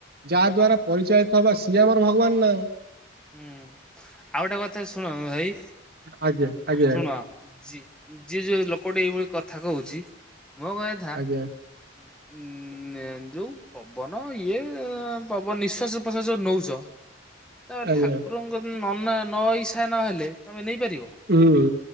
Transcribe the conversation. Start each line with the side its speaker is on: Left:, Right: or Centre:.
Right: ଯାହା ଦ୍ଵାରା ପରିଚୟିତ ହବା ସିଏ ଆମର ଭଗବାନ ଆଉ।
Centre: ହୁଁ ଆଉ ଗୋଟେ କଥା ଶୁଣନ ଭାଇ
Right: ଆଜ୍ଞା ଆଜ୍ଞା
Centre: ଶୁଣ। ଯିଏ ଯୋଉ ଲୋକଟି ଏଇଭଳି କଥା କହୁଛି ମୋ କହିଆଥା
Right: ଆଜ୍ଞା
Centre: ଉ ଯୋଉଁ ପବନ ଇଏ ପବନ ନିଶ୍ୱାସ ପ୍ରସ୍ୱାସ ଯୋଉ ନେଉଛ ତ
Right: ଆଜ୍ଞା
Centre: ଠାକୁରଙ୍କ ନ ନା ନ ଇଛା ନହେଲେ ତମେ ନେଇପାରିବ।
Right: ହୁଁ